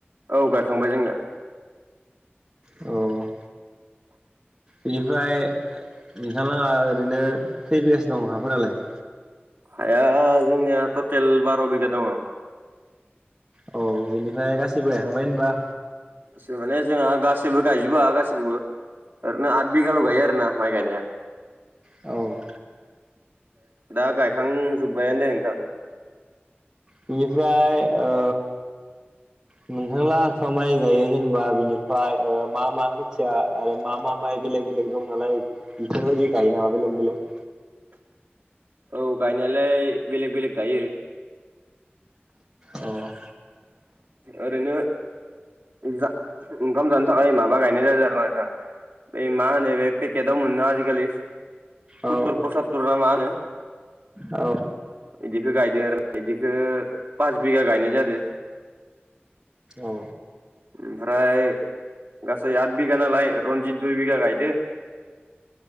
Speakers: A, on the right; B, on the right.
A: औ गायखांबाय जोंनिया।
B: औ
A: <inaudible>
B: बेनिफ्राय। नोंथां लोंहालाय ओरैनो खै बिगासो दं हाफोरालाय।
A: हाया जोंनिया टटेल बार' बिगा दङ।
B: औ बिनिफ्राय गासिबो गायखांबाय होनबा।
A: सोर माने जोंहा गासैबो गायजोबा गासैखौबो। ओरैनो आद बिगाल' गायो आरोना माइ गायनाया।
B: औ
A: दा गायखांजोब्बायानो दे नोंथां,
B: बेनिफ्राय ओ
A: <inaudible>
B: नोंथांलोंहा <unintelligible> माइ गायो जेनेबा बिनिफ्राय मा मा खोथिया आरो मा मा माइ बेलेग। बेलेग दं नालाय बिफोर बायदि गायो नामा? बेलेग बेलेग
A: <inaudible> औ गायनायालाय बेलेग बेलेग गायो।
B: औ।
A: ओरैनो जा ओंखाम जानो। ओइ माबा गायनाय जादों आरोना नोंथां बे मा होनो बे पेकेटाव मोनोना आजि खालि। पुतुर
B: औ
A: पसातुर ना मा होनो।
B: औ
A: इदिखो गायदो आरो ना इदिखो पास बिगा गायनाय जादो,
B: औ
A: ओमफ्राय गासै आद बिघा नालाय रनजित दुइ बिघा गायदो।